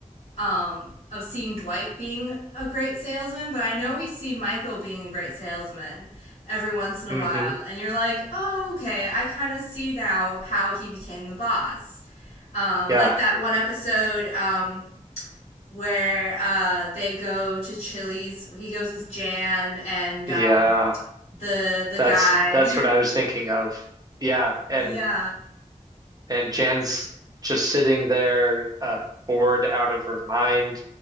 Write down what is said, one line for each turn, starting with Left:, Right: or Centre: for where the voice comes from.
Left: um, of seeing Dwight being a great salesman, but I know we see Michael being a great salesman every once in a
Right: hmm
Left: while, and you're like, oh, okay, I kind of see now how he became the boss. Um,
Right: Yeah.
Left: like that one episode um, where uh, they go to Chili's. He goes with Jan and
Right: Yeah.
Left: um, the the
Right: That's
Left: guy.
Right: that's what I was thinking of. Yeah, and
Left: <laughs> yeah.
Right: and Jan's just sitting there, uh, bored out of her mind,